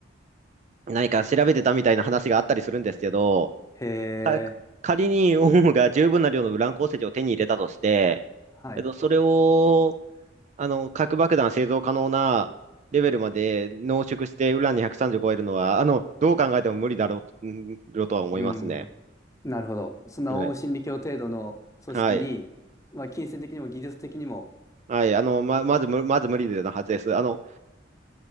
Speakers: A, on the right; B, on the left.
A: 何か調べてたみたいな話があったりするんですけど、
B: へ
A: か仮にオウムが十分な量のウラン鉱石を手に入れたとして、
B: え、はい、
A: えっと、それを、あの、核爆弾製造可能なレベルまで濃縮してウラン230超えるのは、あの、どう考えても無理だろう、うんとは思いますね。
B: うん。なるほど。そんなオウム真理教程度の組織に、
A: はい。はい。
B: まあ、金銭的にも技術的にも、
A: はい。あの、ま、まず無、まず無理なはずです。あの、